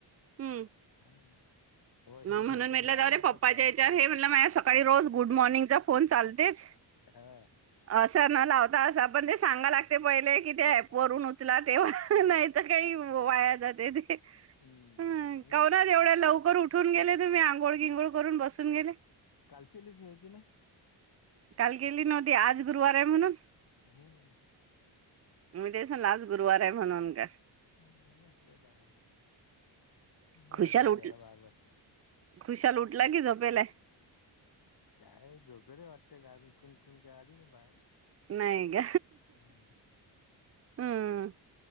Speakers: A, on the right; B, on the left.
A: ह्म्म
B: हा वैसे
A: मग म्हणून
B: ज्याच्यानं
A: म्हटलं
B: लावला
A: तररे
B: होता
A: पप्पाच्या
B: काल
A: याचार
B: पूजाला
A: हे म्हटलं मा सकाळी रोज गुड मॉर्निंगचा फोन चालतेच
B: हा
A: असं न लावता असं पण ते सांगा लागते पहिले कि ते वरूनच चला देवा नाही तर काही वाया जाते ते
B: हम्म
A: ह
B: हम्म मी-
A: कावून एवढ्या लवकर उठ कुठून गेले तुम्ही, आंघळ गिंगोळ करून बसून गेले.
B: काल केलीच नव्हती ना?
A: काल गेली नव्हती आज गुरुवार आहे म्हणून.
B: हूं!
A: मी तेच म्हणलं आज गुरुवार आहे म्हणून का?
B: ह बसलंय बाहेर बराच
A: खुशाल
B: वेळ
A: उठ
B: झाला बाहेर बसलाय
A: खुशाल उठला की झोपेल आहे.
B: काय झोपेल वाटत ग अजून, कून, कून काय आली नाही बाहेर.
A: नाही ग.
B: हं!
A: हम्म